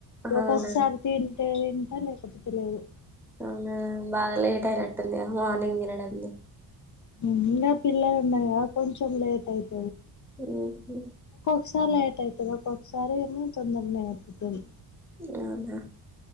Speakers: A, on the left; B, in the centre.
A: ఒక్కొక్కసారి
B: అవునా
A: తింటే తింటా లేకపోతే లేదు
B: అవునా బాగా లేట్ అయినట్టుందిగ మార్నింగ్ తినడందే
A: ఇంగా పిల్లలున్నరు గదా కొంచెం లేట్ అయిది
B: ఉమ్ హూ
A: ఒకసారి లేట్ అయితది ఒ ఒకసారి ఏమో తొందరనే అయిపోతది
B: అవునా